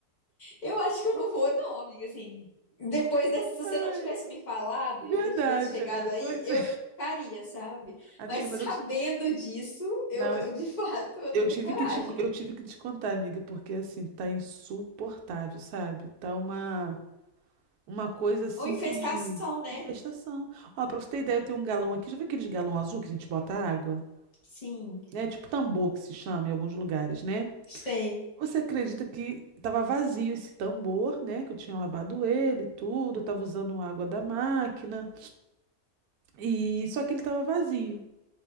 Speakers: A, on the left; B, on the right.
A: Eu acho que eu não vou, não, amiga. Assim, depois dessa,
B: <laughs>
A: se você
B: Ai,
A: não tivesse me falado
B: verdade,
A: e eu já tivesse chegado
B: é.
A: aí,
B: Pois
A: eu,
B: é.
A: eu ficaria, sabe?
B: Amiga,
A: Mas sabendo
B: mas eu te,
A: disso, eu,
B: não,
A: eu, de <laughs> fato eu não
B: eu tive
A: tenho coragem.
B: que te, eu tive que te contar, amiga, porque assim, tá insuportável, sabe? Tá uma uma coisa assim
A: Uma infestação,
B: que
A: né?
B: infestação. Ó, pra você ter ideia, eu tenho um galão aqui, já viu aqueles galão azul que a gente bota água?
A: Sim,
B: É tipo tambor que se chama em alguns lugares, né?
A: sei.
B: Você acredita que estava vazio esse tambor, né? Que eu tinha lavado ele, tudo, estava usando água da máquina e só que ele estava vazio.